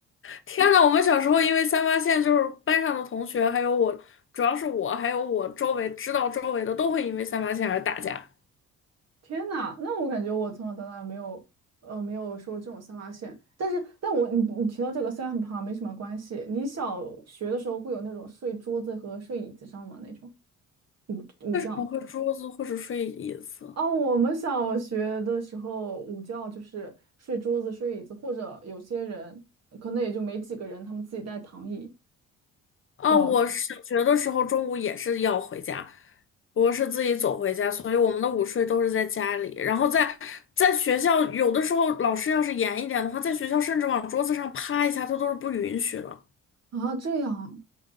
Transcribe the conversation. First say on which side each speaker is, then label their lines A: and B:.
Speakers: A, on the left (about 45°); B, on the right (about 60°).
A: 天呐，我们小时候因为三八线，就是班上的同学，还有我，主要是我，还有我周围知道周围的都会因为三八线而打架，
B: 天呐，那我感觉我从小到大没有呃没有说这种三八线，但是但我你你提到这个虽然很胖没什么关系，你小学的时候会有那种睡桌子和睡椅子上吗？那种午午觉？
A: 我会桌子或者睡椅子。
B: 哦，我们小学的时候午觉就是睡桌子、睡椅子，或者有些人可能也就没几个人，他们自己带躺椅
A: 哦，
B: 到学
A: 我小学的时候中午也是要回家，我是自己走回家，所以我们的午睡都是在家里。然后在在学校，有的时候老师要是严一点的话，在学校甚至往桌子上趴一下，他都是不允许的。
B: 啊，这样